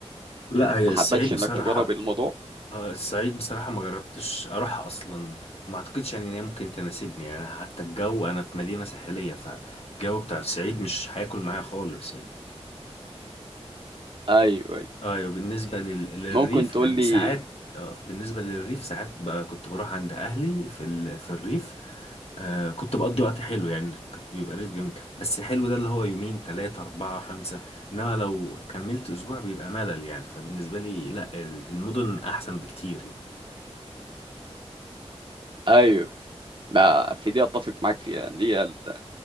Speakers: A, on the left; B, on the right.
A: لا هي
B: ما
A: الصعيد
B: حبتش
A: بصراحة
B: انك تجرب الموضوع
A: آه، الصعيد بصراحة ما جربتش أروحها أصلا وما أعتقدش يعني إن هي ممكن تناسبني يعني حتى الجو أنا في مدينة ساحلية فالجو بتاع الصعيد مش هياكل معايا خالص يعني
B: ايوه أيوة.
A: أيوة بالنسبة لل... للريف
B: ممكن تقول
A: يعني
B: لي
A: ساعات آه، بالنسبة للريف ساعات بقى كنت بروح عند أهلي في ال... في الريف آه كنت بقضي وقت حلو يعني كنت بيبقى ريف جميل بس حلو ده اللي هو يومين تلاتة أربعة خمسة إنما لو كملت أسبوع بيبقى ملل يعني فبالنسبة لي لأ ال- المدن أحسن بكتير يعني
B: ايوه لا في دي اتفق معاك فيها ان هي ال-